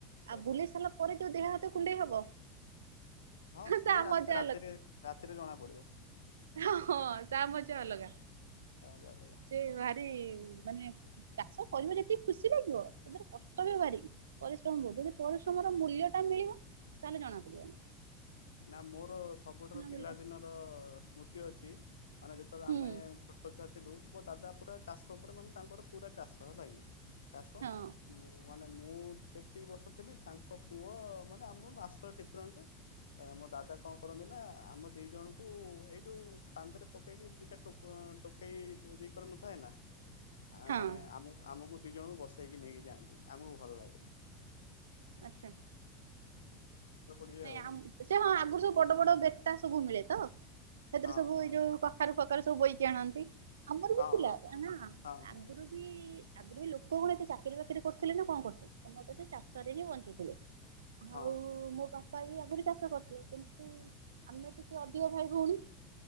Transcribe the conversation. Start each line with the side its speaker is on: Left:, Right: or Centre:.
Right: ଆଉ
Left: ଓ
Right: ବୁଲେଇ
Left: ହଁ।
Right: ସାରିଲା ପରେ ଯୋଉ ଦେହ ହାତ କୁଣ୍ଡେଇ ହବ।
Left: ହଁ ସିଏ
Right: ତା
Left: ରା
Right: ମଜା
Left: -ରାତିରେ ରାତିରେ ଜଣା ପଡ଼ିବ।
Right: ହଁ ହଁ ତା ମଜା ଅଲଗା।
Left: ତା ମଜା ଅଲଗା।
Right: ସେ ଭାରି ମାନେ ଚାଷ କରିବ ଯେତିକି ଖୁସି ଲାଗିବ ତା ଦେହରେ କଷ୍ଟ ବି ଭାରି। ପରିଶ୍ରମ ବହୁତ ଯଦି ପରିଶ୍ରମର ମୂଲ୍ୟ ଟା ମିଳିବ ତାହେଲେ ଜଣା ପଡ଼ିବନି।
Left: ନା ମୋର ସବୁଠାରୁ ପିଲାଦିନର
Right: ମିଳିଲା
Left: ସ୍ମୃତି ଅଛି ମାନେ ଯେତେବେଳେ
Right: ହୁଁ
Left: ଆମେ ଛୋଟ ଛୁଆ ଥିଲୁ ମୋ ଦାଦା ପୁରା ଚାଷ ଉପରେ ମାନେ ତାଙ୍କର ପୁରା ଚାଷ ହେଲାକି ଚାଷ।
Right: ହଁ
Left: ମୁଁ ମାନେ ମୁଁ ଯେତିକି ବର୍ଷ ଥିଲି ତାଙ୍କ ପୁଅ ମାନେ ଆମ ବାସ ଡିଫରେନ୍ସ ତ ଆମ ଦାଦା କଣ କରନ୍ତି ନା ଆମ ଦି ଜଣଙ୍କୁ ଏଇ ଯୋଉ କାନ୍ଧରେ ପକେଇକି ଦିଟା ଟୋ କଣ ଟୋକେଇ ଦି କର ନଥାଏ ନା। ଆ
Right: ହଁ
Left: ମାନେ ଆମକୁ ଆମକୁ ଦିଇ ଜଣଙ୍କୁ ବସେଇକି ନେଇକି ଯାଆନ୍ତି ଆମକୁ ଭଲ ଲାଗେ।
Right: ଆଛା
Left: ମନେ ପଡିଯାଏ
Right: ନାଇଁ ଆମୁ ସେ ହଁ ଆଗରୁ ସବୁ ବଡ ବଡ ବେତା ସବୁ ମିଳେ ତ ସେଥିରେ
Left: ଆଉ
Right: ସବୁ
Left: ହଁ
Right: ଏଇ ଯୋଉ କ ଖାରୁ ଫକାରୁ ସବୁ ବୋଇକି ଆଣନ୍ତି ଆମର
Left: ହଁ
Right: ବି ଥିଲା
Left: ହଁ ହଁ ହଁ
Right: ଆ ନା
Left: ହଁ ହଁ
Right: ଆଗରୁ ବି ଆଗରୁ ବି ଲୋକ କଣ ଏତେ ଚାକିରି ବାକିରି କରୁଥିଲେ ନା କଣ କରୁଥିଲେ ସମତେ ତ ସେ ଚାଷ ରେ ହିଁ ବଞ୍ଚୁଥିଲେ। ଆଉ
Left: ହଁ।
Right: ମୋ ବାପା ବି ଆଗରୁ ଚାଷ କରୁଥିଲେ କିନ୍ତୁ ଆମେ ଟିକେ ଅଧିକ ଭାଇ ଭଉଣୀ।